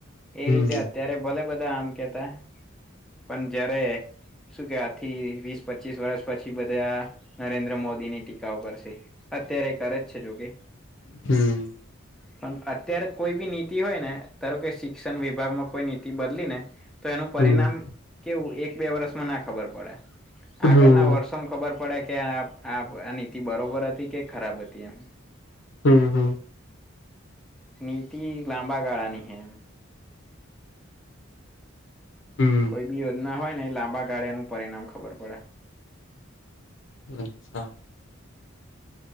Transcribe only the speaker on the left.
હમ
હમ
હમ
હમ
હમ હમ
હમ
અચ્છા